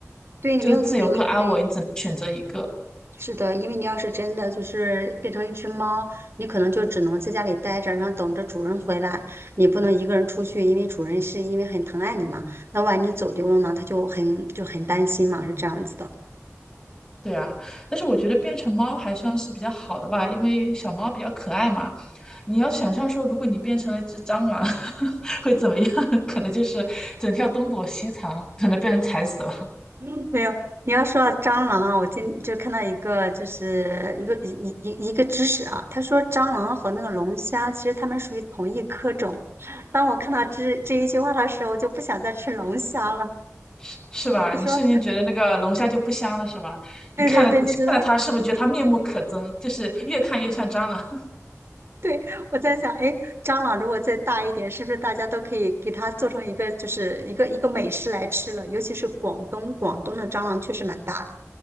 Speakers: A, on the right (about 55°); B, on the left (about 15°).
A: 对，你没有自由，
B: 就是自由跟安稳，
A: 因为
B: 你只能选择一个。
A: 是的，因为你要是真的就是变成一只猫，你可能就只能在家里待着，然后等着主人回来。你不能一个人出去，因为主人是因为很疼爱你嘛。那万一你走丢了呢，他就很就很担心嘛，是这样子的。
B: 对啊，但是我觉得变成猫还算是比较好的吧，因为小猫比较可爱嘛。你要想象说，如果你变成了一只蟑螂，<laughs> 会怎么样？<laughs> 可能就是整天要东躲西藏，可能被人踩死了，
A: 嗯没有，你要说到蟑螂啊，我今就看到一个就是一个一一一一个知识啊，他说蟑螂和那个龙虾其实它们属于同一科种。当我看到这这一句话的时候，就不想再吃龙虾了。
B: <laughs> 是吧？
A: 你说
B: 你瞬间觉得那个龙虾就不香了，是吧？
A: 对对对，
B: 你看了看了它，
A: 就觉得。
B: 是不是觉得它面目可憎？就是越看越像蟑螂。<laughs>
A: 对，我在想，哎，蟑螂如果再大一点，是不是大家都可以给它做成一个，就是一个一个美食来吃了？尤其是广东，广东的蟑螂确实蛮大的。